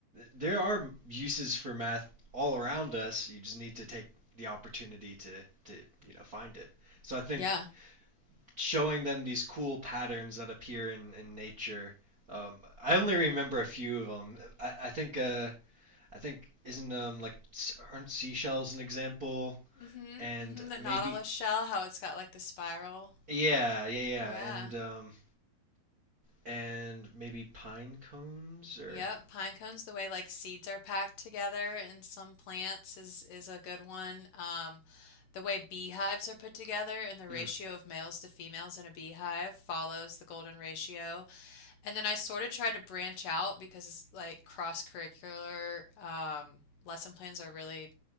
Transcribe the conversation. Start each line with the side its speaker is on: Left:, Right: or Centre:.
Right: there are uses for math all around us. You just need to take the opportunity to, to you know, find it. So I think
Left: Yeah.
Right: showing them these cool patterns that appear in, in nature. Um, I only remember a few of them. I, I think uh, I think isn't um like aren't seashells an example?
Left: hmm
Right: And
Left: hmm The
Right: maybe
Left: nautilus shell, how it's got like the spiral.
Right: yeah yeah yeah
Left: Yeah.
Right: and um and maybe pine cones or
Left: Yep, pine cones, the way like seeds are packed together in some plants is is a good one. Um, the way beehives are put together and the
Right: mm,
Left: ratio of males to females in a beehive follows the golden ratio. And then I sort of tried to branch out because like cross-curricular um, lesson plans are really